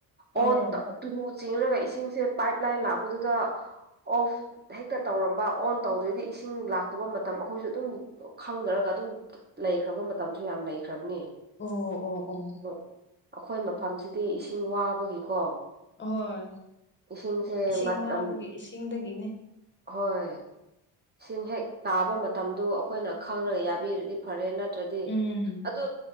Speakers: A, on the left; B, on the right.
A: ꯑꯣ
B: ꯑꯣꯟ ꯇꯧ ꯇꯨꯂꯨ ꯆꯤꯡꯔꯒ ꯏꯁꯤꯡꯁꯦ ꯄꯥꯏꯞ ꯂꯥꯏꯟ ꯂꯥꯛꯄꯗꯨꯗ ꯑꯣꯐ ꯍꯦꯛꯇ ꯇꯧꯔꯝꯕ ꯑꯣꯟ ꯇꯧꯗ꯭ꯔꯗꯤ ꯏꯁꯤꯡ ꯂꯥꯛ ꯇꯣꯕ ꯃꯇꯝ ꯑꯩꯈꯣꯏꯁꯨ ꯑꯗꯨꯝ ꯈꯪꯅꯔꯒ ꯑꯗꯨꯝ ꯂꯩꯈ꯭ꯔꯕ ꯃꯇꯝꯁꯨ ꯌꯥꯝ ꯂꯩꯈ꯭ꯔꯕꯅꯤ
A: ꯑꯣ ꯑꯣ ꯑꯣ
B: ꯑꯣ ꯑꯩꯈꯣꯏ ꯃꯐꯝꯁꯤꯗꯤ ꯏꯁꯤꯡ ꯋꯥꯕꯒꯤꯀꯣ
A: ꯑꯍꯣꯏ
B: ꯏꯁꯤꯡꯁꯦ
A: ꯏꯁꯤꯡ
B: ꯃꯇꯝ
A: ꯋꯥꯕꯒꯤ ꯏꯁꯤꯡꯗꯒꯤꯅꯦ
B: ꯍꯣꯏ ꯏꯁꯤꯡ ꯍꯦꯛ ꯇꯥꯕ ꯃꯇꯝꯗꯨ ꯑꯩꯈꯣꯏꯅ ꯈꯪꯔꯒ ꯌꯥꯕꯤꯔꯗꯤ ꯐꯔꯦ ꯅꯠꯇ꯭ꯔꯗꯤ
A: ꯎꯝ
B: ꯑꯗꯨ